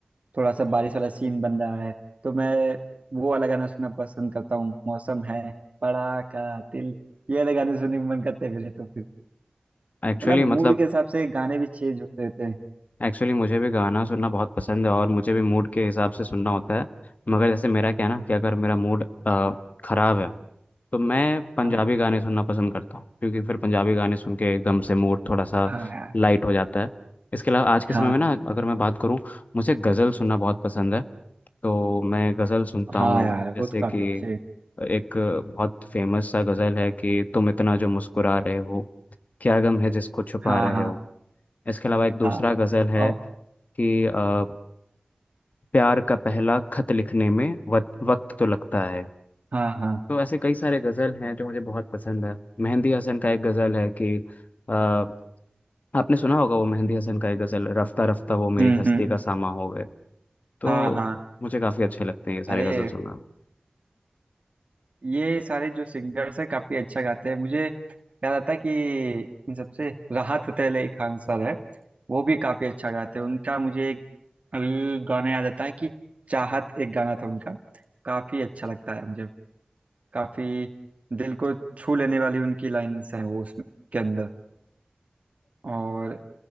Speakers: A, on the right; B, on the left.
A: थोड़ा सा बारिश वाला सीन बन रहा है तो मैं वो वाला गाना सुनना पसंद करता हूँ मौसम है बड़ा का दिल ये वाले गाने सुनने का मन करता है मेरे तो
B: एक्चुअली
A: मतलब मूड
B: मतलब
A: के हिसाब से गाने भी चेंज होते रहते हैं
B: एक्चुअली मुझे भी गाना सुनना बहुत पसंद है और मुझे भी मूड के हिसाब से सुनना होता है मगर जैसे मेरा क्या है ना कि अगर मेरा मूड ख़राब है तो मैं पंजाबी
A: हाँ
B: गाने सुनना पसंद करता हूँ क्योंकि फिर पंजाबी गाने सुन के एकदम से मूड थोड़ा सा
A: हाँ यार
B: लाइट हो जाता है इसके अलावा आज के
A: हाँ
B: समय में ना अगर मैं बात करूँ मुझे गज़ल सुनना बहुत पसंद है तो मैं गज़ल सुनता
A: हाँ
B: हूँ
A: यार
B: जैसे
A: वो तो काफी
B: कि
A: अच्छे
B: एक बहुत फेमस सा गज़ल है कि तुम इतना जो मुस्कुरा रहे हो क्या गम है जिसको छुपा
A: हाँ
B: रहे
A: हाँ
B: हो इसके अलावा एक दूसरा
A: हाँ
B: गज़ल है
A: और
B: कि अ, प्यार का पहला खत लिखने में वक्त वक्त तो लगता है
A: हाँ हाँ
B: तो ऐसे कई सारे गज़ल हैं जो मुझे बहुत पसंद है मेहंदी हसन का एक गज़ल है कि अ, आपने सुना होगा वो मेहंदी हसन का एक गज़ल रफ्ता रफ्ता वो मेरी
A: हम्म
B: हस्ती
A: हम्म
B: का सामा हो गए तो
A: हाँ हाँ
B: मुझे काफ़ी अच्छे लगते हैं ये सारे
A: अरे
B: गज़ल सुनना
A: ये सारे जो सिंगर्स हैं काफी अच्छा गाते हैं मुझे याद आता है कि इन सबसे राहत फतेह अली खान सर है वो भी काफी अच्छा गाते हैं उनका मुझे एक अभी गाना याद आता है कि चाहत एक गाना था उनका काफी अच्छा लगता है मुझे काफी दिल को छू लेने वाली उनकी लाइंस हैं वो उसमें के अंदर और